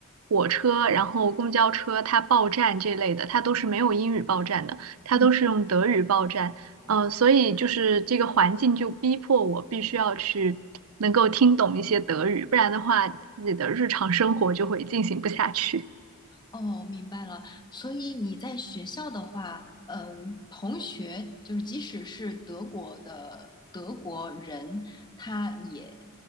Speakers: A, on the right; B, on the left.
A: 火车，然后公交车它报站这类的，它都是没有英语报站的。它都是用德语报站，
B: 嗯，
A: 呃，所以就是这个环境就逼迫我必须要去能够听懂一些德语，不然的话，自己的日常生活就会进行不下去。
B: 哦，明白了。所以你在学校的话，嗯、同学就是即使是德国的德国人，他也